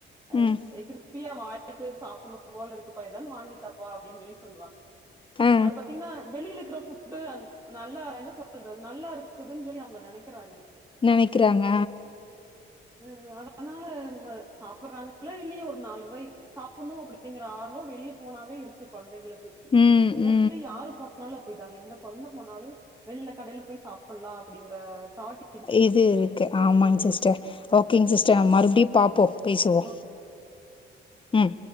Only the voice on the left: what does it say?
ம்,
ஆ
நெனைக்குறாங்க
ம் ம்
இது இருக்கு ஆமாங் சிஸ்டர் ஓகேங்க சிஸ்டர் நம் மறுபடியு பாப்போ பேசுவோ
ம்